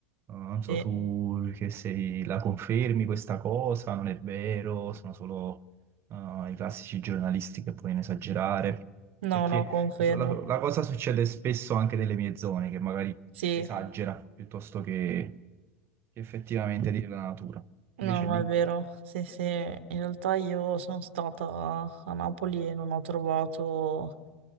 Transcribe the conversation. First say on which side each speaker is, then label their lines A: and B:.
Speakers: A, on the right; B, on the right.
A: Eh, non so,
B: Sì.
A: tu che sei, la confermi questa cosa? Non è vero, sono solo eh, i classici giornalisti che vogliono esagerare.
B: No,
A: Perché
B: no, confermo.
A: so- la, la cosa succede spesso anche nelle mie zone, che magari
B: Sì,
A: si esagera piuttosto che, che effettivamente dire la natura.
B: No,
A: Invece
B: ma
A: lì,
B: è vero. Sì, sì, in realtà io sono stata a Napoli e non ho trovato,